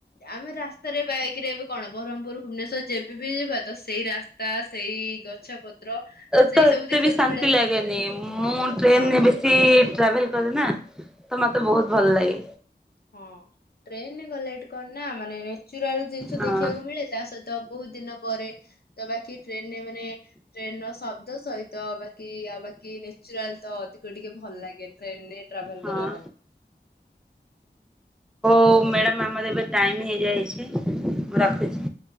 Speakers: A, on the left (about 60°); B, in the centre.
A: ଆମେ ରାସ୍ତାରେ ବାଇକ ରେ ଏବେ କଣ ବ୍ରହ୍ମପୁର ଭୁବନେଶ୍ଵର ଯେବେ ବି ଯିବା ତ ସେଇ ରାସ୍ତା ସେଇ ଗଛ୍ ଇଚ୍ଛା ପତ୍ର ସେଇ
B: ତ
A: ସବୁ
B: ଏତେ
A: ଦେଖିବାକୁ
B: ବି ଶାନ୍ତି
A: ମିଳେ
B: ଲାଗେନି। ମୁଁ ଟ୍ରେନ
A: ହଁ
B: ରେ ବେଶ୍ ଶି ଟ୍ରାଭେଲ୍ କରେ ନା ତ ମତେ ବହୁତ୍ ଭଲଲାଗେ।
A: ହଁ ଟ୍ରେନରେ ଗଲେ ଏଠି କଣ ନା ମାନେ ନେଚୁରାଲ୍ ଜିନିଷ
B: ହଁ
A: ଦେଖିବାକୁ ମିଳେ ତା ସହିତ ବହୁତ ଦିନ ପରେ ତ ବାକି ଟ୍ରେନରେ ମାନେ ଟ୍ରେନ ର ଶବ୍ଦ ସହିତ ବାକି ଆଉ ବାକି ନେଚୁରାଲ ତ ଅଧିକ ଟିକେ ଭଲ ଲାଗେନି ଟ୍ରେନ ରେ ଟ୍ରାଭେଲ
B: ହଁ।
A: କରିବା ପାଇଁ।
B: ହଉ ମ୍ୟାଡାମ୍ ଆମର ଏବେ ଟାଇମ୍ ହେଇଯାଇଚି ମୁଁ ରଖୁଚି।